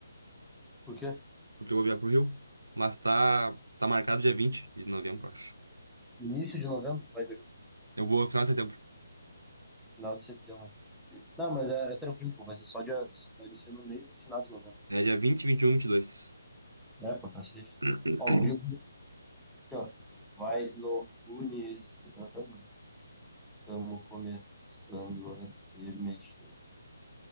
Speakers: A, in the centre; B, on the right (about 75°).
A: Por quê?
B: porque eu vou viajar pro Rio. Mas tá, tá marcado dia 20 de novembro, acho.
A: Início de novembro, tu vai ver.
B: Eu vou final de setembro.
A: Final de setembro. Não, mas é, é tranquilo, pô. Vai ser só dia. Vai descer no meio pro final de novembro.
B: É dia vinte, vinte e um, vinte e dois.
A: Né, pô, tá safe.
B: <clears throat>
A: Ó, o Grilo aqui, ó. Vai no Uni esse ano. Estamos começando a se mexer.